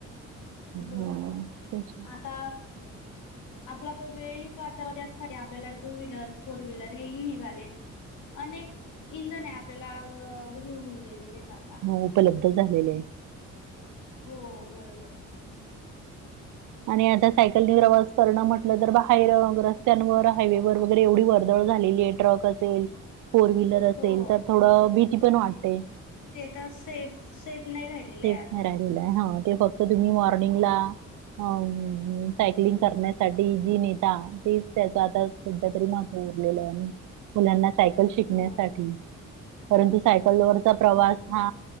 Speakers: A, on the left; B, on the right.
A: बरोबर
B: हा तेच
A: आता आपला पण वेळ ही वाचावा त्यासाठी आपल्याला टू व्हीलर फोर व्हीलर हे ही निघालेत. अनेक इंधन हे आपल्याला हो हेऊन गेलेलेत आता.
B: हो उपलब्ध झालेले.
A: हो बरोबर.
B: आणि आता सायकलनी प्रवास करणं म्हटलं तर बाहेर ग रस्त्यांवर हायवेवर वगैरे एवढी वर्दळ झालेली आहे. ट्रक असेल फोर विल र असेल
A: हो
B: तर थोडं
A: बरोबर.
B: भीती पण वाटते
A: ते तर सेफ सेफ नाही राहिलेलं
B: सेफ
A: आहे आता.
B: नाय राहे लेला हा ते फक्त तुम्ही मॉर्निंगला
A: बर
B: अम हम्म सायकलिंग करण्यासाठी जी नेता तेच त्यांचा आता सध्या तरी महत्व उरलेलं आहे आणि मुलांना सायकल शिकण्यासाठी
A: हो
B: परंतु सायकलवरचा प्रवास हा
A: ब